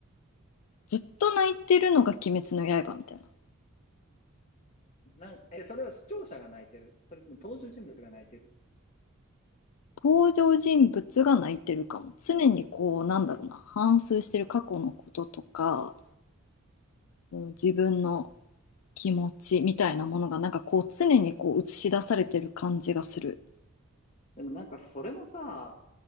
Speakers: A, on the left; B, on the left.
A: ずっと泣いてるのが鬼滅の刃みたいな。
B: なんえ、それは視聴者が泣いてるそれとも登場人物が泣いてる
A: 登場人物が泣いてるかも。常にこう、なんだろうな、反芻してる過去のこととか、もう自分の気持ちみたいなものが、なんかこう、常にこう映し出されてる感じがする。
B: でもなんかそれもさ、